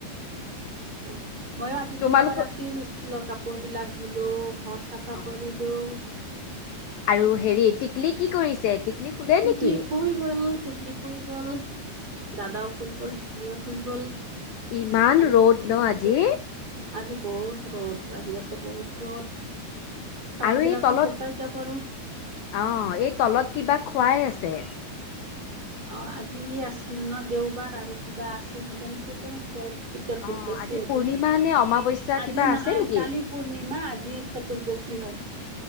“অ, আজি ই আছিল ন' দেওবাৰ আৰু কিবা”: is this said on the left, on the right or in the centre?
Right